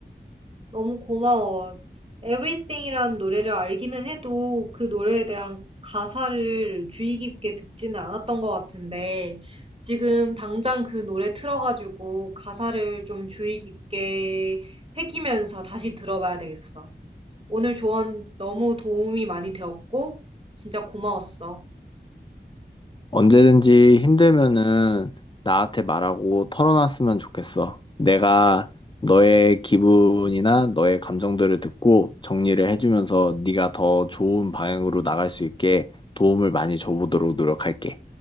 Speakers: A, on the right (about 35°); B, on the left (about 30°).
A: 너무 고마워. Everything이라는 노래를 알기는 해도 그 노래에 대한 가사를 주의 깊게 듣지는 않았던 것 같은데 지금 당장 그 노래 틀어가지고 가사를 좀 주의 깊게 새기면서 다시 들어봐야 되겠어. 오늘 조언 너무 도움이 많이 되었고 진짜 고마웠어.
B: 언제든지 힘들면은 나한테 말하고 털어놨으면 좋겠어. 내가 너의 기분이나 너의 감정들을 듣고 정리를 해주면서 네가 더 좋은 방향으로 나갈 수 있게 도움을 많이 줘보도록 노력할게.